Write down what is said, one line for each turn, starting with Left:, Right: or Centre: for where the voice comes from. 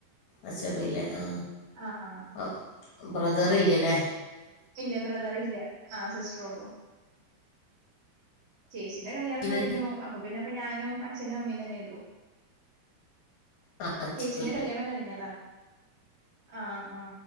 Left: അച്ഛമ്മില്ലേ ആ
Right: ആഹ്
Left: ആ ബ്രദറില്ല്യല്ലേ
Right: ഇല്ല ബ്രദറില്ല ആ സിസ്റ്ററൊള്ളു ചേച്ചിന്റെ കല്യാണം
Left: അച്ഛന്
Right: കഴിഞ്ഞു അപ്പൊ പിന്നെപ്പ ഞാനും അ ച്ചനും അമ്മീം തന്നൊള്ളു
Left: ആ അച്ഛന്
Right: ചേച്ചിന്റെ കല്യാണം കഴിഞ്ഞതാ ആ ആ